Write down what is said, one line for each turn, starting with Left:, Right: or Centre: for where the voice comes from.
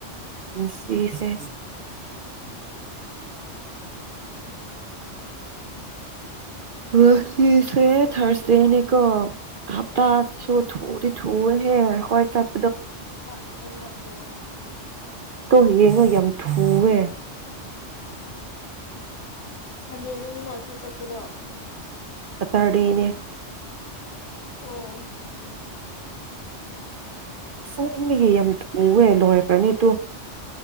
Right: ꯄꯨꯁꯤꯁꯦ ꯉꯁꯤꯁꯦ ꯊꯥꯔꯁꯗꯦꯅꯦꯀꯣ ꯍꯞꯇꯥ
Left: ꯍꯣꯏ
Right: ꯁꯨ ꯊꯨꯗꯤ ꯊꯨꯋꯅꯤꯍꯦ ꯍꯣꯏ ꯆꯠ
Left: ꯁꯦꯝꯕꯥ ꯑꯁꯦꯝꯕꯥ ꯇꯨꯋꯦ
Right: ꯇꯨ ꯌꯦꯡꯉꯣ ꯌꯥꯝ ꯊꯨꯋꯦ
Left: ꯎꯝ ꯁꯟꯗꯦꯗꯅꯤꯅ ꯑꯩꯈꯣꯏ ꯆꯠꯄꯗꯣ
Right: ꯁꯠꯇꯔꯗꯦꯅꯦ
Left: ꯑꯣ
Right: ꯁꯦꯡꯕꯤꯒꯤ ꯌꯥꯝ ꯊꯨꯋꯦ ꯂꯣꯏꯈ꯭ꯔꯅꯤ ꯇꯨ